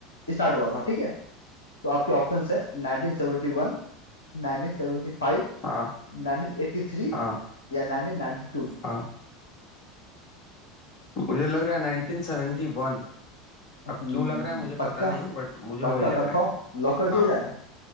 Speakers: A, on the left; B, on the left.
A: स्टार्ट हुआ था ठीक है तो आपके ऑप्शंस है 1971 1975
B: हाँ
A: 1983
B: हाँ
A: या 1992
B: हाँ मुझे लग रहा है 1971
A: हम्म
B: अब क्यों लग रहा है मुझे
A: पक्का
B: पता नहीं बट मुझे
A: पक्का
B: वही लग
A: कंफर्म
B: रहा है
A: लॉक कर दिया
B: हाँ
A: जाए